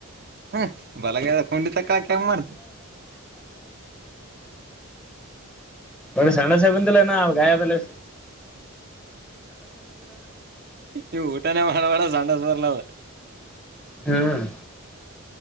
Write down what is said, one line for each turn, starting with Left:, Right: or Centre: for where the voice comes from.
Right: ಹ್ಮ ಬಲಗದ ಕುಂಡಿತಕ್ಕ ಹಾಕಿ ಹಂಗ ಮಾಡ್ತ
Centre: ಒ ಸಣ್ಣಸೇಬಂದಲ್ಲ ನ ಗಾಯಬಲ್ಲ
Right: ನೀವು ಊಟನೇ ಮಾಡಬೇಡ ಸಂಡಸ್ ಬರ್ಲದ
Centre: ಹ್ಮ್